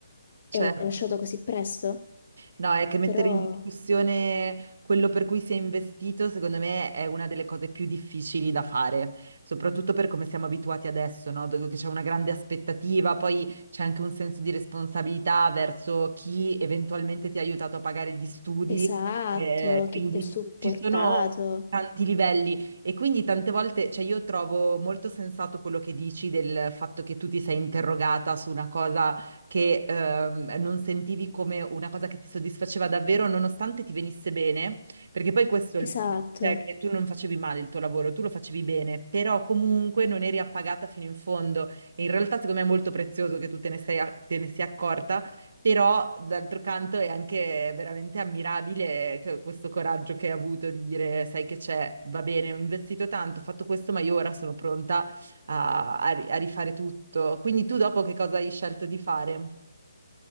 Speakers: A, on the right; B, on the left.
A: certo.
B: e ho lasciato così presto,
A: No, è che mettere
B: però...
A: in discussione quello per cui si è investito, secondo me, è una delle cose più difficili da fare, soprattutto per come siamo abituati adesso, no? Dove che c'è una grande aspettativa, poi c'è anche un senso di responsabilità verso chi eventualmente ti ha aiutato a pagare gli studi,
B: Esatto,
A: eh, quindi
B: che ti ha supportato.
A: ci sono tanti livelli e quindi tante volte, cioè io trovo molto sensato quello che dici del fatto che tu ti sei interrogata su una cosa che ehm, non sentivi come una cosa che ti soddisfaceva davvero, nonostante ti venisse bene, perché poi questo è il
B: Esatto.
A: cioè che tu non facevi male il tuo lavoro, tu lo facevi bene, però comunque non eri appagata fino in fondo. E in realtà, secondo me, è molto prezioso che tu te ne sei, te ne sia accorta, però d'altro canto è anche veramente ammirabile che- questo coraggio che hai avuto di dire, sai che c'è, va bene, ho investito tanto, ho fatto questo, ma io ora sono pronta a, a ri- a rifare tutto. Quindi tu dopo che cosa hai scelto di fare?